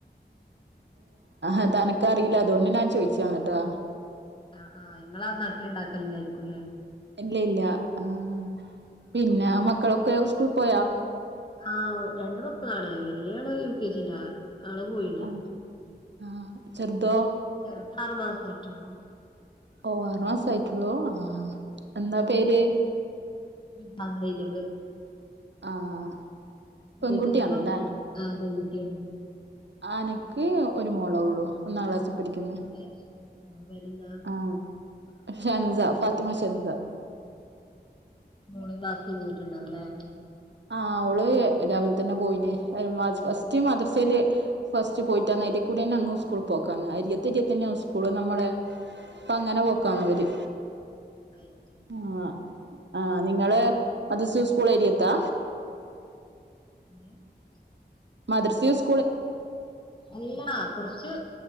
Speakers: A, on the right (about 85°); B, on the left (about 25°).
A: അതു അനക്ക് അറിയില്ല അതുകൊണ്ട് ഞാൻ ചോയിച്ചാ കേട്ടോ
B: ആഹ് ആഹ് ഇങ്ങളെ ആ നാട്ടില് ഇണ്ടാക്കലില്ലായിരിക്കുംല്ലേ
A: ഇല്ല ഇല്ല ആ പിന്നെ മക്കളൊക്കെ സ്കൂൾ പോയാ
B: ആഹ് രണ്ട് മക്കളാണ് വല്യ ആള് യു കെ ജി ലാ ആള് പോയി
A: അഹ് ആഹ് ചെർതോ
B: ചെറുതാറുമാസായിട്ടുള്ളൂ.
A: ഓ ആറുമാസായിട്ടുള്ളൂ ആ എന്താ പേര്?
B: ഇന്നവിടെയൊള്ളത്
A: ആഹ് പെൺകുട്ടിയാന്നല്ലേ
B: നിങ്ങക്കെത്ര മക്കളാ? ആ പെൺകുട്ടിയാണ്.
A: ആ നക്ക് ഒരു മോളേ ഉള്ളൂ ഒന്നാം ക്ലാസ്സി പഠിക്കുന്ന
B: ആ ശരി മോളെ പേരെന്ത
A: ആ ഷെൻസ ഫാത്തിമ ഷെൻസ
B: മോടെ ക്ലാസു പോയിട്ടുണ്ടാവും അല്ലേ.
A: ആ അവള് രാവിലെ തന്നെ പോയിന് ഫസ്റ്റ് മദ്രസയിൽ ഫസ്റ്റ് പോയിട്ടാണ് അതിലെ കൂടെ തന്നെ അങ്ങ് സ്കൂൾ പോക്കാണ് അരിയത്തരിയത്തന്നെയിസ്കൂള്, നമ്മടെ ഇപ്പങ്ങനെ പോക്കാണ് അവര്
B: അയ് ശരി
A: ആഹ് ആഹ് നിങ്ങള് മദ്രസ സ്കൂൾ എരിയത്താ
B: <inaudible>
A: മദ്രസി സ്
B: അല്ലാ കൊറച്ച്